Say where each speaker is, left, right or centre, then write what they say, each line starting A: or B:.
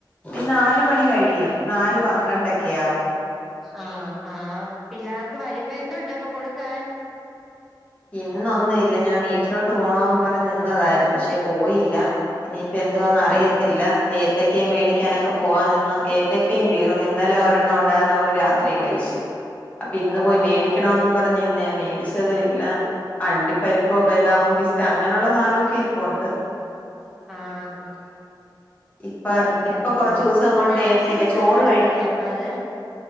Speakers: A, on the left; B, in the centre.
A: ഇ നാല് മണി കഴിയും നാല് പന്ത്രണ്ടൊക്കെ ആവും.
B: ആഹ് ആഹ് പിള്ളാർക്ക് വരുമ്പോ എന്തുണ്ട് പ്പൊ കൊടുക്കാൻ?
A: ഇന്നൊന്നുംല്ല്യാ ഞാൻ വീട്ടിലോട്ട് പോണോന്നും പറഞ്ഞ് നിന്നതായിരുന്നു പക്ഷെ പോയില്ല ഇനിയിപ്പോ എന്തുവാന്ന്
B: ഓ
A: അറിയത്തില്ല ഏത്തക്കേം മേടിക്കാനൊക്കെ പോവാൻ നിന്നു ഏത്തക്കയും തീർന്നു ഇന്നലെ ഒരെണ്ണം ഒണ്ടായിരുന്നു അവള് രാത്രി കഴിച്ച്
B: <inaudible>
A: അപ്പൊന്ന് പോയി മേടിക്കണോന്നും
B: ഓ
A: പറഞ് ന്നിന്ന് ഞാൻൻ മേടിച് റ്റതുല്ല അണ്ടിപ്പരിപ്പോ ബെദാമും പിസ്തിം അങ്ങനെയള്ള സാധനമൊക്കെ ഇരിപ്പൊണ്ട്.
B: <inaudible> ആ ഹാ
A: ഇപ്പ
B: കഴിക്കതില്ലേ?
A: ഇപ്പൊ കൊറച്ച് ദിവസം
B: സ്നാക്സിന്
A: കൊണ്ട് ഏത്തക്ക
B: കൊടുത്
A: ചോറ്
B: വിടത്തില്ലേഅ പ്പത്